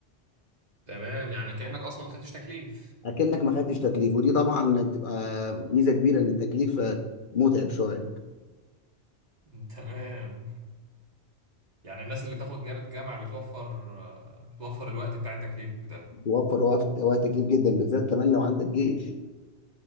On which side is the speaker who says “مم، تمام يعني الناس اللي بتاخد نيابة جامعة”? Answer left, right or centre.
Right